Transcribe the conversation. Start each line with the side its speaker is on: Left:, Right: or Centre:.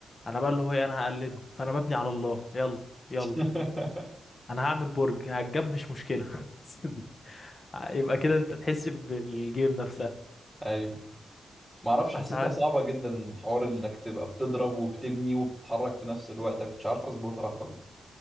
Left: انا بقى اللي هو ايه انا هقلدهم فانا ببني على الله يلا يلا
Centre: <laughs>
Left: انا هعمل برج هتجاب مش مشكلة <laughs> يبقى كده انت تحس بالجيم نفسها
Centre: ايوه ما اعرفش حسيتها
Left: بس عارف
Centre: صعبه جدا حوار انك تبقى بتضرب وبتبني وبتتحرك في نفس الوقت أنا كنتش عارف اظبطها خالص